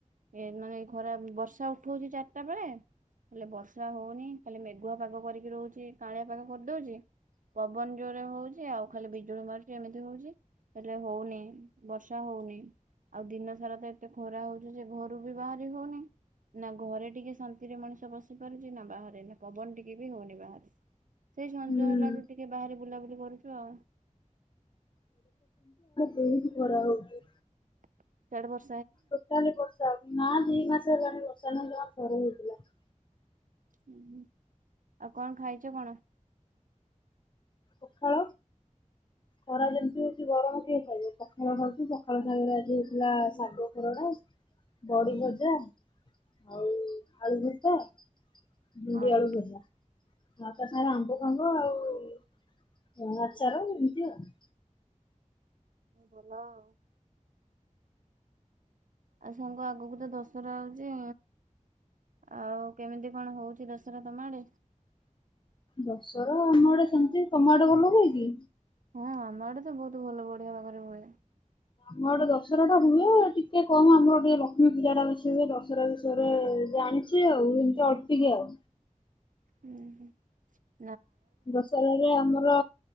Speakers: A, on the right; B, on the left.
A: ଏ ମାନେ ଖରା ବର୍ଷା ଉଠଉଚି ଚାରିଟା ବେଳେ ହେଲେ ବ ର୍ଷା ହଉନି ଖାଲି ମେଘୁଆ ପାଗ କରିକି ରହୁଚି। ଟିକେ କାଉଁଳିଆ ପାଗ କରିଦୋଉଚି। ବା <unintelligible> ପବନ ଜୋରେ ହୋଉଚି ଆଉ ଖାଲି ବିଜୁଳି ମାରୁଚି ଏମିତି ହୋଉଚି ହେଲେ ହୋଉନି ବର୍ଷା ହୋଉନି ଆଉ ଦିନ ସାରା ତ ଏତେ ଖରା ହୋଉଚି ଯେ ଘରୁ ବି ବାହାରି ହୋଉନି ନା ଘରେ ଟିକେ ଶାନ୍ତିରେ ମଣିଷ ବସି ପାରୁଚି ନା ବାହାରେ ନା ପବନ ଟିକେ ବି ହୋଉନି ବାହରେ ସେ ସଞ୍ଜ
B: ହୁଁ
A: ହେଲାବେ ଟିକେ ବାହାରେ ବୁଲାବୁଲି କରୁଚୁ ଆଉ
B: ବୋହୁତ ଖରା ହୋଉଚି।
A: ସିଆଡେ ବ
B: ଟୋଟାଲି ବର୍ଷା ହୋଉନି ନା ଦି ମାସ ହେଲାଣି ବ <unintelligible>
A: ହୁଁ ଆଉ କଣ ଖାଇଚ କଣ?
B: ପଖାଳ ଖରା ଯେମିତି ହୋଉଚି ଗରମ କିଏ ଖାଇବ ପଖାଳ ଖାଉଚି ପଖାଳ ଖାଇବାରେ ଆଜି ହେଉଥିଲା ଶାଗ ଖରଡ଼ା ବଡି ଭଜା ଆଉ ଆଳୁ ଭର୍ତା ଭେଣ୍ଡି
A: ହଁ
B: ଆଳୁ ଭଜା। ଆଉ ତା ସାଙ୍ଗରେ ଆମ୍ବ ଫାମ୍ବ ଆଉ ଆଚାର ଏମତି ଆଉ
A: ଭଲ ଆଉ ଆଉ ସାଙ୍ଗ ଆଗକୁ ତ ଦଶହରା ଆଉଚି ଆଉ କେମିତି କଣ ହୋଉଚି ଦଶହରା ତମ ଆଡେ?
B: ଦଶହରା ଆମ ଆଡେ ସେମିତି ତମ ଆଡେ ଭଲ ହୁଏ କି?
A: ହଁ ଆମ ଆଡେ ତ ବହୁତ ଭଲ ବଢିଆ ବାଗ ରେ ହୁଏ।
B: ଆମ ଆଡେ ଦଶହରା ଟା ହୁଏ ଟିକେ କମ ଆମର ଟିକେ ଲକ୍ଷ୍ମୀ ପୂଜା ଟା ବେଶୀ ହୁଏ, ଦଶହରା ବିଷୟରେ ଜାଣିଚି ଆଉ ଏମତି ଅଳ୍ପକିଆଉ।
A: ହୁଁ ହୁଁ।
B: ଦଶହରାରେ ଆମର